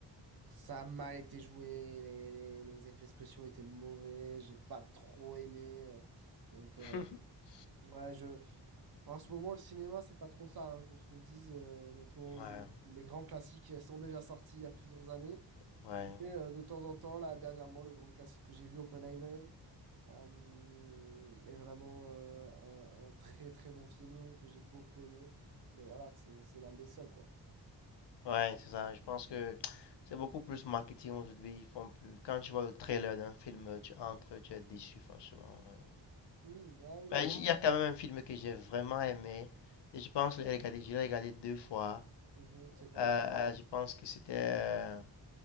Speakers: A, on the right; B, on the left.
A: Ça a mal été joué, les, les- les effets spéciaux étaient mauvais, j'ai pas trop aimé. euh. donc, euh,
B: <laughs>
A: ouais, je... En ce moment, le cinéma, c'est pas trop ça, hein, qu'on se le dise. euh, honnêtement,
B: Ouais,
A: les, les grands classiques euh, sont déjà sortis il y a plusieurs années.
B: ouais,
A: Mais euh, de temps en temps, là, dernièrement, le grand classique que j'ai vu, Oppenheimer, euh, est vraiment euh, un, un très très bon film que j'ai beaucoup aimé. Mais voilà, c'est c'est l'un des seuls, quoi.
B: ouais, c'est ça. Je pense que c'est beaucoup plus marketing aujourd'hui. Ils font plus. Quand tu vois le trailer d'un film, tu entres, tu es déçu, franchement. ouais.
A: Hmm, ah oui,
B: Mais il y a quand même un film que j'ai vraiment aimé. Et je pense que je l'ai regardé, je l'ai regardé deux fois.
A: oui. Mhm, c'est quoi?
B: Euh, euh, je pense que c'était euh,